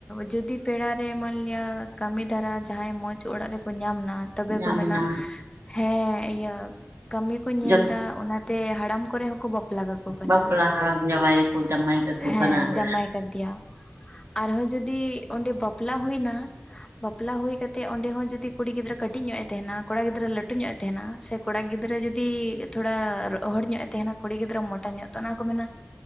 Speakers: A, on the left; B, on the right.
A: ᱡᱩᱫᱤ ᱯᱮᱲᱟ ᱨᱮ ᱢᱟᱹᱱ ᱞᱮᱭᱟ ᱠᱟᱹᱢᱤ ᱫᱷᱟᱨᱟ ᱡᱟᱦᱟᱭ ᱢᱚᱡᱽ ᱚᱲᱟᱜ ᱨᱮᱠᱚ ᱧᱟᱢ ᱱᱟ ᱛᱚᱵᱮ
B: ᱧᱟᱢ
A: ᱠᱚ ᱢᱮᱱᱟ
B: ᱮᱱᱟ
A: ᱦᱮᱸ ᱤᱭᱟᱹ ᱠᱟᱹᱢᱤ ᱠᱚ ᱧᱮᱞ
B: ᱡᱚᱛ
A: ᱫᱟ ᱚᱱᱟᱛᱮ ᱦᱟᱲᱟᱢ ᱠᱚᱨᱮ ᱦᱚᱸᱠᱚ ᱵᱟᱯᱞᱟ ᱠᱟᱠᱚ ᱠᱟᱱᱟ
B: ᱵᱟᱯᱞᱟ ᱦᱟᱲᱟᱢ ᱡᱟᱶᱟᱭ ᱨᱮᱠᱚ ᱡᱟᱶᱟᱭ ᱠᱟᱠᱚ
A: ᱦᱮᱸ
B: ᱠᱟᱱᱟ ᱾
A: ᱡᱟᱢᱟᱭ ᱠᱟᱫᱮᱭᱟ ᱟᱨᱦᱚᱸ ᱡᱚᱫᱤ ᱚᱸᱰᱮ ᱵᱟᱯᱞᱟ ᱦᱩᱭᱱᱟ ᱵᱟᱯᱞᱟ ᱦᱩᱭ ᱠᱟᱛᱮᱜ ᱚᱸᱰᱮ ᱦᱚᱸ ᱡᱩᱫᱤ ᱠᱩᱲᱤ ᱜᱤᱫᱽᱨᱟᱹ ᱠᱟᱹᱴᱤᱡ ᱧᱚᱜ ᱮ ᱛᱟᱦᱮᱸᱱᱟ ᱠᱚᱲᱟ ᱜᱤᱫᱽᱨᱟᱹ ᱞᱟᱹᱴᱩ ᱧᱚᱜ ᱮ ᱛᱟᱦᱮᱸᱱᱟ ᱥᱮ ᱠᱚᱲᱟ ᱜᱤᱫᱽᱟᱹ ᱡᱩᱫᱤ ᱡᱩᱫᱤ ᱛᱷᱚᱲᱟ ᱨᱚᱦᱚᱲ ᱧᱚᱜ ᱮ ᱛᱟᱦᱮᱸᱱᱟ ᱠᱩᱲᱤ ᱜᱤᱫᱽᱨᱟᱹ ᱢᱚᱴᱟ ᱧᱚᱜ ᱛᱚ ᱚᱱᱟ ᱠᱚ ᱢᱮᱱᱟ